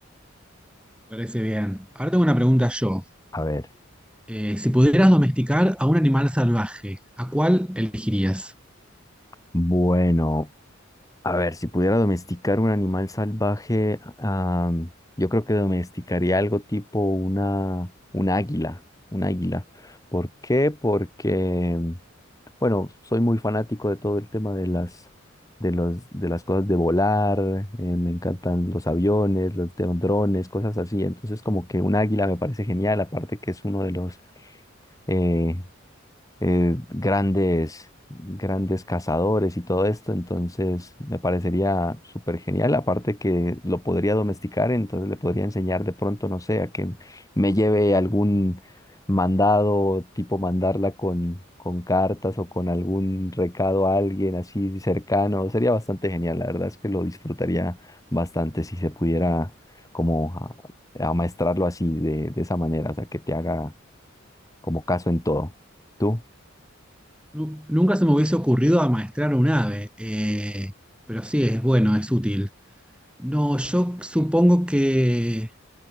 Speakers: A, in the centre; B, on the left.
A: Parece bien. Ahora tengo una pregunta yo.
B: A ver,
A: Eh, si pudieras domesticar a un animal salvaje, ¿a cuál elegirías?
B: bueno. A ver, si pudiera domesticar un animal salvaje, ah, yo creo que domesticaría algo tipo una, un águila, un águila. ¿Por qué? Porque, bueno, soy muy fanático de todo el tema de las, de los, de las cosas de volar, eh, me encantan los aviones, los de- drones, cosas así. Entonces, como que un águila me parece genial, aparte que es uno de los, eh, eh, grandes, grandes cazadores y todo esto, entonces me parecería súper genial, aparte que lo podría domesticar, entonces le podría enseñar de pronto, no sé, a que me lleve algún mandado, tipo mandarla con, con cartas o con algún recado a alguien así cercano, sería bastante genial, la verdad es que lo disfrutaría bastante si se pudiera como a- amaestrarlo así, de, de esa manera, o sea, que te haga como caso en todo. ¿Tú?
A: Nu- Nunca se me hubiese ocurrido amaestrar un ave, eh, pero sí es bueno, es útil. No, yo supongo que